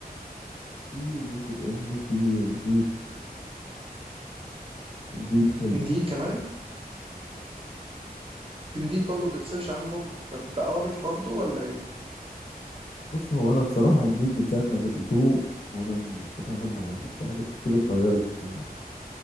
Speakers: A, on the left; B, on the right.
A: في لينكد ان في انديد انديد حلو
B: إنديد كمان إنديد برضه بتسيرش عنه برضه ب- بأرابيك برضه ولا إيه؟
A: بص هو انا بصراحه انديد من ساعه ما جددوه وانا مش بتعامل معاه في حاجات كتير اتغيرت و...